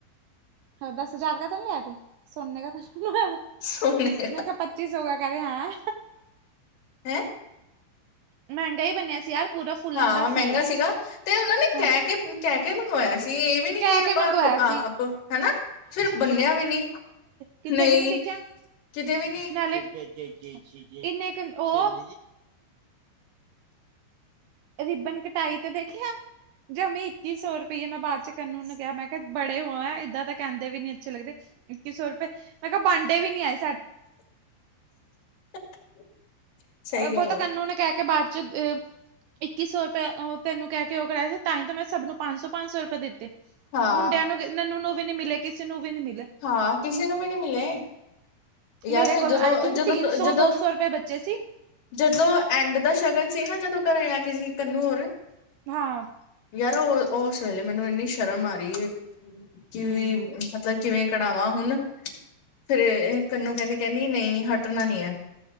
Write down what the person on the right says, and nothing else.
ਦਸ ਹਜ਼ਾਰ, ਕ ਤਾਂ ਨ ਲੈ ਤੇ ਸੋਨੇ ਕ ਲੈ,
ਮੈਂ ਕਿਹਾ, ਪੱਚੀ ਸੌ, ਗ ਕਹਿ ਰਿ ਹ,
ਮਹਿੰਗਾ ਹੀ ਬਣਨਿਆ ਸੀ, ਯਾਰ ਪੂਰਾ ਫੁੱਲਾਂ
ਦਾ
ਸੀ ਉਹ
ਹਾਂ
ਕਹਿ
ਕੇ ਮੰਗਵਾਇਆ
ਸੀ
ਕਿੱਥੇ,
ਵੀ ਨੀ ਦੇਖਿਆ।
ਕਿੰਨੇ, ਕੁ ਉਹ ਰਿਬਨ ਕਟਾਈ ਤੇ ਦੇਖਿਆ ਜ ਮ ਇੱਕੀ ਸੌ ਰੁਪਈਏ ਮੈਂ ਬਾਅਦ ਚ ਕਰਨਨ ਕਿਹਾ ਮੈਂ। ਬੜੇ ਹੋ ਆ ਇਏਦਾਂ ਤਾਂ ਕਹਿੰਦੇ ਵੀ ਨੀ ਅੱਛੇ ਲੱਗਦੇ ਇੱਕੀ ਸੌ ਰੁਪਏ ਮੈਂ ਕਿਹਾ ਬਾਂਡੇ ਵੀ ਨੀ ਆਏ
ਬਹੁ
ਤਾਂ
ਕੰਨੂ ਨੇ ਕਹਿ ਕੇ ਬਾਅਦ ਚ ਅ ਇੱਕੀ ਸੌ ਰੁਪਏ, ਤੈਨੂੰ ਕਹਿ ਕੇ ਉਹ ਕਰਾਇਆ ਸੀ, ਤਾਂ ਹੀ ਤਾਂ ਮੈਂ ਸਭ ਨੂੰ, ਪੰਜ ਸੌ ਪੰਜ ਸੌ ਰੁਪਏ ਦਿੱਤੇ।
ਮੁੰਡਿਆਂ ਨੂੰ ਨਨੂੰ ਨੂੰ ਵੀ ਨੀ ਮਿਲੇ ਕਿਸੇ ਨੂੰ ਵੀ ਨੀ ਮਿਲੇ।
ਮੇਰੇ ਕੋਲ
ਆਈ ਥਿੰਕ
ਤਿੰਨ
ਸੌ ਦੋ ਸੌ ਰੁਪਏ ਬੱਚੇ ਸੀ
ਹਾਂ,
ਹਮ